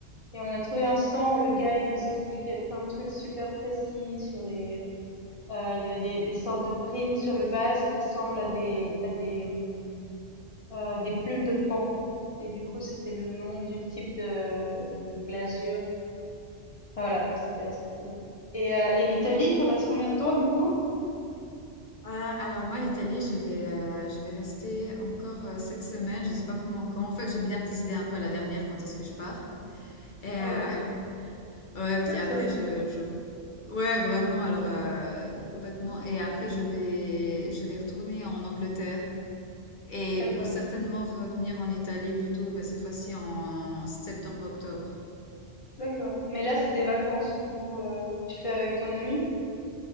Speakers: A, on the left (about 30°); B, on the left (about 45°).
A: et on a trouvé un stand où le gars, il nous expliquait plein de trucs super précis sur les, euh, il y avait des, des sortes de prints sur le vase qui ressemblent à des, à des, hum, euh, des plumes de paon. Et du coup, c'était le nom du type de, de glasure. Enfin voilà, c'était assez cool. Et, euh, et l'Italie, tu restes combien de temps du coup?
B: Euh, alors moi, l'Italie, je vais, euh, je vais rester encore euh, cette semaine. Je sais pas vraiment quand. En fait, j'aime bien me décider un peu à la dernière quand est-ce que je pars. Et euh,
A: Ah ouais.
B: <laughs> ouais,
A: Tiens,
B: puis après,
A: tiens.
B: je, je, ouais, vraiment. Alors euh, complètement. Et après, je vais, je vais retourner en Angleterre. Et
A: D'accord,
B: pour certainement revenir en Italie plutôt, bah, cette fois-ci en septembre-octobre.
A: d'accord. Mais là, c'est des vacances, du coup, euh, tu fais avec ton ami?